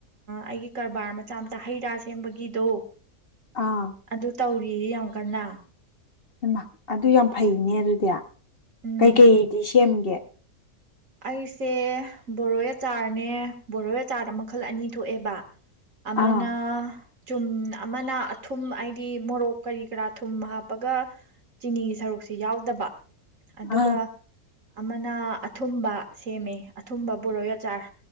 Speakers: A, on the right; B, on the left.
A: ꯑꯩꯒꯤ ꯀꯔꯕꯥꯔ ꯃꯆꯥ ꯃꯆꯥ ꯍꯩ ꯔꯥ ꯁꯦꯝꯕꯒꯤꯗꯣ
B: ꯑꯥ
A: ꯑꯗꯨ ꯇꯧꯔꯤ ꯌꯥꯝ ꯀꯅ
B: ꯃ ꯑꯗꯨ ꯌꯥꯝ ꯐꯩꯅꯦ ꯑꯗꯨꯗꯤ
A: ꯎꯝ
B: ꯀꯩꯀꯩꯗꯤ ꯁꯦꯝꯒꯦ
A: ꯑꯩꯁꯦ ꯕꯣꯔꯣ ꯑꯆꯥꯔꯅꯦ ꯕꯣꯔꯣ ꯑꯆꯥꯔꯗ ꯃꯈꯜ ꯑꯅꯤ ꯊꯣꯛꯑꯦꯕ ꯑꯃꯅ
B: ꯑꯥ
A: ꯆꯨꯝ ꯑꯃꯅ ꯑꯊꯨꯝ ꯍꯥꯏꯗꯤ ꯃꯣꯔꯣꯛ ꯀꯔꯤ ꯀꯔꯥ ꯊꯨꯝ ꯍꯥꯞꯄꯒ ꯆꯤꯅꯤꯒꯤ ꯁꯔꯨꯛꯁꯦ ꯌꯥꯎꯗꯕ ꯑꯗꯨꯒ
B: ꯑꯥ
A: ꯑꯃꯅ ꯑꯊꯨꯝꯕ ꯁꯦꯝꯃꯦ ꯑꯊꯨꯝꯕ ꯕꯣꯔꯣꯏ ꯑꯆꯥꯔ